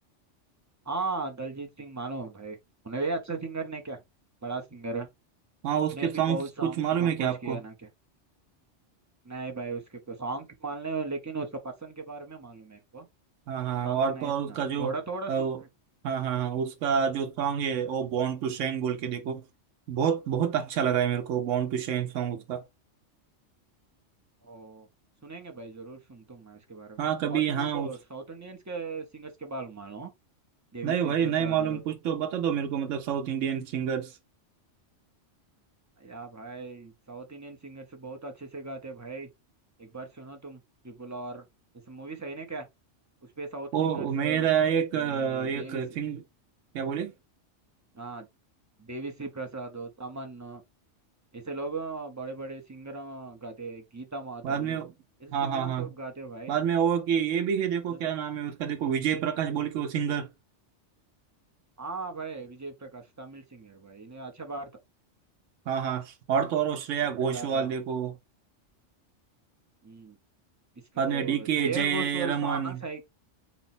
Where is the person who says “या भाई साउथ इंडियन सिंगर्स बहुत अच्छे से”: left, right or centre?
Right